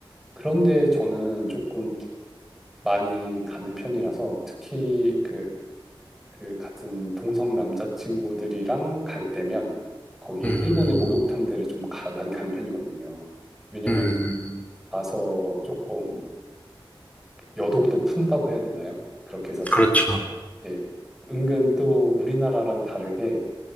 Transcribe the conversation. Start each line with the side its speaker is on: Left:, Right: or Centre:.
Centre: 그런데 저는 조금 많이 가는 편이라서 특히 그 그 같은 동성 남자친구들이랑 갈 때면 거기에
Left: 음,
Centre: 일본의 목욕탕들을 좀 가- 많이 가는 편이거든요. 왜냐면
Left: 음,
Centre: 가서 조금 여독도 푼다고 해야 되나요? 그렇게 해서 조금
Left: 그렇죠.
Centre: 예, 은근 또 우리나라랑 다르게